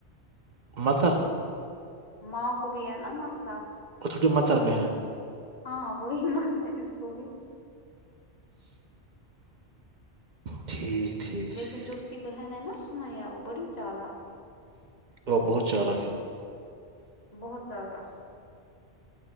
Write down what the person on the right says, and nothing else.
<inaudible>
<inaudible>
ٹھیک ٹھیک ٹھیک
وہ بہت چانک ہے